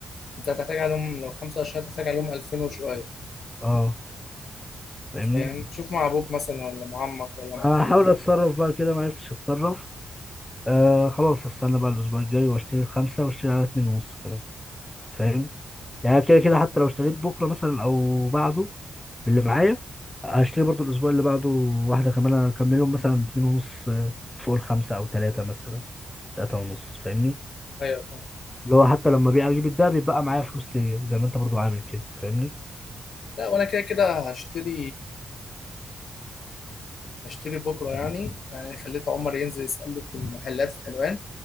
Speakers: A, on the left; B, on the left.
A: انت هتحتاج عليهم لو 5 قرش هتحتاج عليهم 2000 وشويه
B: أه فاهمني
A: فاهم تشوف مع ابوك مثلا ولا مع عمك ولا مع
B: هحاول
A: اخوك
B: أتصرف بقى كده ما عرفتش أتصرف آه خلاص هستنى بقى الأسبوع الجاي وأشتري الخمسة وأشتري على اتنين ونص كمان فاهم
A: مم.
B: يعني كده كده حتى لو اشتريت بكرة مثلا أو بعده اللي معايا هشتري برضو الاسبوع اللي بعده واحده كمان هكملهم مثلا اتنين ونص آه، فوق الخمسه او تلاته مثلا تلاته ونص فاهمني
A: ايوه فاهم
B: اللي هو حتى لما بيع اجيب الدهب بيبقى معايا فلوس ليا زي ما انت برضو عامل كده فاهمني
A: لا وانا كده كده هشتري هشتري بكره يعني يعني خليت عمر ينزل يسال لي في المحلات في حلوان